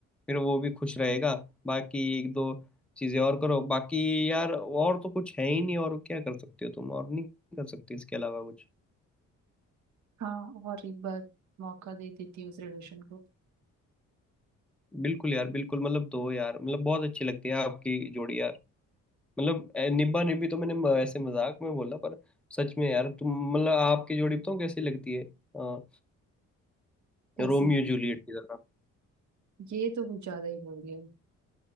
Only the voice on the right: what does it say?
हाँ और एक बार मौका दे देती हूँ उस रिलेशन को
जैसे
ये तो कुछ ज्यादा ही बोल दिया